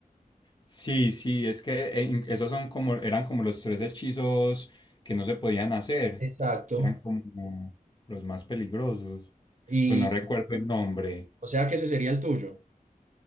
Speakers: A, on the left; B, on the right.
A: sí, sí, es que eh, in- esos son como, eran como los tres hechizos que no se podían hacer,
B: Exacto.
A: que eran como los más peligrosos.
B: Y
A: Pues no recuerdo el nombre.
B: o sea que ese sería el tuyo.